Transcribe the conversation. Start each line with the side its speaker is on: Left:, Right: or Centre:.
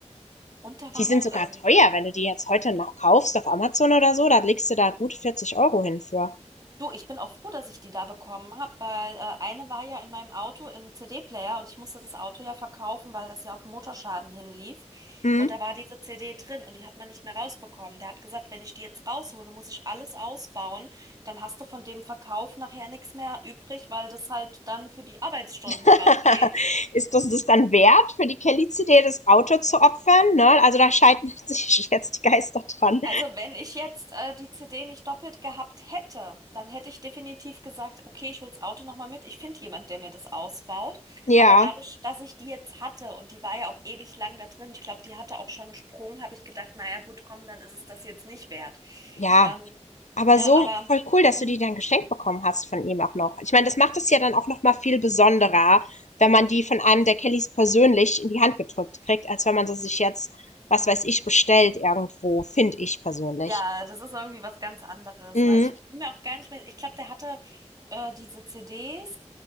Right: Und da
Left: Die
Right: war
Left: sind
Right: noch
Left: sogar
Right: irgend.
Left: teuer, wenn du die jetzt heute noch kaufst auf Amazon oder so. Da legst du da gut 40 Euro hin für.
Right: Du, ich bin auch froh, dass ich die da bekommen habe, weil äh, eine war ja in meinem Auto im CD-Player und ich musste das Auto ja verkaufen, weil das ja auf den Motorschaden hinlief.
Left: Mhm.
Right: Und da war diese CD drin und die hat man nicht mehr rausbekommen. Der hat gesagt, wenn ich die jetzt raushole, muss ich alles ausbauen. Dann hast du von dem Verkauf nachher nichts mehr übrig, weil das halt dann für die Arbeitsstunden
Left: <laughs>
Right: drauf geht.
Left: Ist das das dann wert, für die Kelly-CD das Auto zu opfern? Ne? Also da scheiden <laughs> sich jetzt die Geister dran.
Right: Also wenn ich jetzt äh, die CD nicht doppelt gehabt hätte, dann hätte ich definitiv gesagt, okay, ich hol's Auto nochmal mit. Ich finde jemand, der mir das ausbaut.
Left: Ja,
Right: Aber dadurch, dass ich die jetzt hatte und die war ja auch ewig lang da drin, ich glaube, die hatte auch schon einen Sprung, habe ich gedacht, naja, gut, komm, dann ist es das jetzt nicht wert.
Left: ja.
Right: Ähm,
Left: Aber
Right: ne,
Left: so
Right: aber
Left: voll cool, dass
Right: hm,
Left: du die dann geschenkt bekommen hast von ihm auch noch. Ich meine, das macht es ja dann auch noch mal viel besonderer, wenn man die von einem der Kellys persönlich in die Hand gedrückt kriegt, als wenn man sie sich jetzt, was weiß ich, bestellt irgendwo, finde ich persönlich.
Right: ja, das ist irgendwie was ganz anderes.
Left: Mhm.
Right: Ne? Ich bin mir auch gar nicht mehr, ich glaube, der hatte äh, diese CDs.